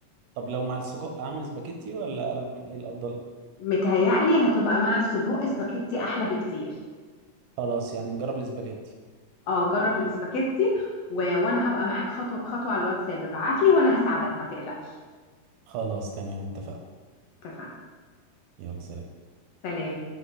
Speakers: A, on the right (about 75°); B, on the left (about 65°).
A: طب لو مع السجق اعمل سباجيتي ولا قلم ايه الافضل
B: متهيألي هتبقى مع السجق سباكيتي احلى بكتير
A: خلاص يعني نجرب السباجيتي
B: اه جرب السباكيتي و... وانا هبقى معاك خطوه بخطوه على الواتساب ابعت لي وانا هساعدك ما تقلقش
A: خلاص تمام اتفقنا
B: اتفقنا
A: يلا سلام
B: سلام